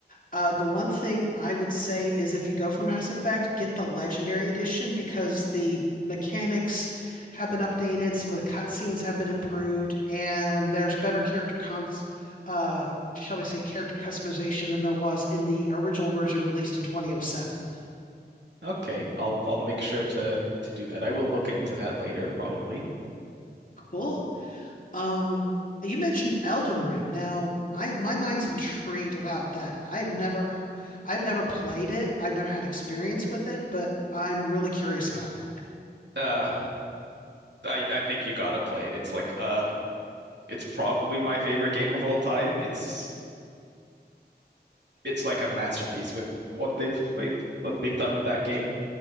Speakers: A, on the left; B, on the right.
A: Uh, the one thing I would say is if you go for Mass Effect, get the Legendary Edition because the mechanics have been updated, some of the cutscenes have been improved, and there's better character cons, uh, shall we say, character customization than there was in the original version released in 2007.
B: Okay. I'll I'll make sure to to do that. I will look into that later, probably.
A: Cool. Um, you mentioned Elden Ring. Now, I my mind's intrigued about that. I've never, I've never played it. I've never had experience with it, but I'm really curious about it.
B: Uh, I I think you gotta play it. It's like a It's probably my favorite game of all time. It's it's like a masterpiece with what they've with what they've done with that game.